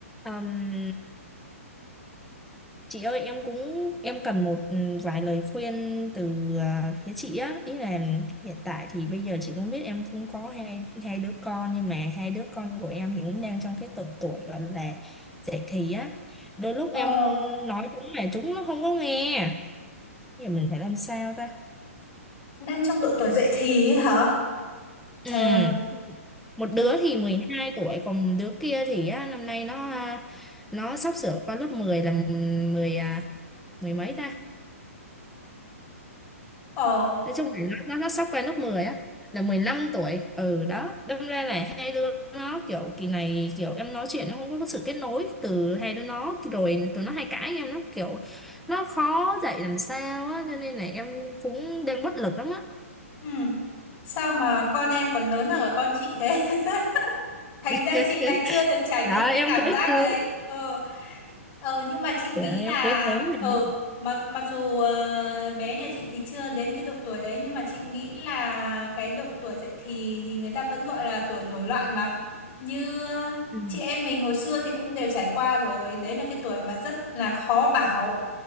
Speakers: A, in the centre; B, on the left.
A: Ừm, chị ơi em cũng em cần một ừm, vài lời khuyên từ à, phía chị á ý là hiện tại thì bây giờ chị cũng biết em cũng có hai hai đứa con nhưng mà hai đứa con của em thì cũng đang trong cái độ tuổi gọi là dậy thì á đôi lúc
B: Ờ,
A: em nói chúng mà chúng nó không có nghe giờ mình phải làm sao ta
B: đang trong độ tuổi dậy thì ấy hả? Trời,
A: Ừm, một
B: độ...
A: đứa thì mười hai tuổi còn đứa kia thì á, năm nay nó à, nó sắp sửa qua lớp mười là 10 à, mười mấy ta
B: Ờ,
A: nói chung là nó, nó nó sắp qua lớp 10 á là mười lăm tuổi ừ đó đâm ra là hai đứa nó kiểu kỳ này kiểu em nói chuyện nó không có sự kết nối từ hai đứa nó rồi tụi nó hay cãi em nó kiểu nó khó dạy làm sao á cho nên là em cũng đang bất lực lắm á
B: ừ. Sao mà con em còn lớn hơn cả con chị thế? <laughs> Thành ra
A: <laughs>
B: chị lại chưa được trải nghiệm
A: Dạ
B: cái
A: em
B: cảm
A: cưới
B: giác
A: sớm
B: đấy. Ờ. Ờ nhưng mà chị nghĩ
A: Dạ
B: là
A: em cưới sớm rồi
B: ờ
A: nha
B: mặc mặc dù ờ, bé nhà chị thì chưa đến cái độ tuổi đấy nhưng mà chị nghĩ là cái độ tuổi dậy thì thì người ta vẫn gọi là tuổi nổi loạn mà. Như ờ,
A: Ừ.
B: chị em mình hồi xưa thì cũng đều trải qua rồi, đấy là cái tuổi mà rất là khó bảo.